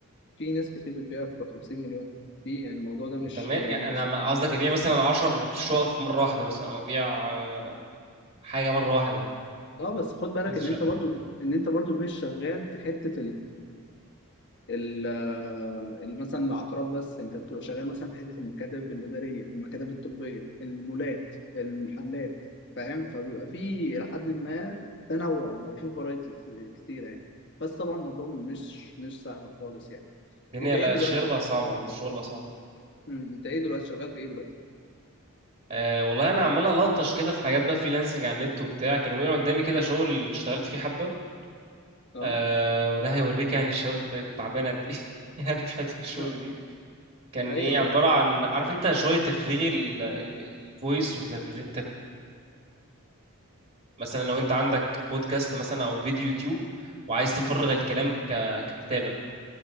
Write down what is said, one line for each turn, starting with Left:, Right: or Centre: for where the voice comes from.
Left: في ناس كتير بتبيع ب 50 مليون في يعني الموضوع ده مش
Right: انت ما يعني انا
Left: مش
Right: ما- قصدك يبيع مثلا 10 شقق في مره واحده مثلا او يبيع آه، حاجه مره واحده
Left: اه بس خد بالك
Right: كذا
Left: ان
Right: شقه
Left: انت برضو ان انت برضو مش شغال في حته ال- ال- مثلا العقارات بس انت بتبقى شغال مثلا في حته المكاتب الاداريه المكاتب الطبيه المولات المحلات فاهم فبيبقى في لحد ما تنوع بيبقى في فرايتي كتيره يعني بس طبعا الموضوع مش مش سهل خالص يعني
Right: الدنيا
Left: انت ايه
Right: لا
Left: دلوقتي
Right: الشغل بقى صعب عم الشغل بقى صعب
Left: امم انت ايه دلوقتي شغال في ايه دلوقتي
Right: أه والله انا عمال الطش كده في حاجات بقى فريلانسنج على النت وبتاع كان وقع قدامي كده شغل اشتغلت فيه حبه
Left: اه
Right: أه وده هيوريك يعني الشباب تعبانه قد ايه <laughs> يعني في حته الشغل
Left: اه
Right: دي كان
Left: ايوه
Right: ايه عباره
Left: اه ده
Right: عن عارف انت شغل التفريغي الفويس وتفريغ مثلا لو
Left: طب
Right: انت عندك بودكاست مثلا او فيديو يوتيوب وعايز تفرغ
Left: امم
Right: الكلام ك... ككتابه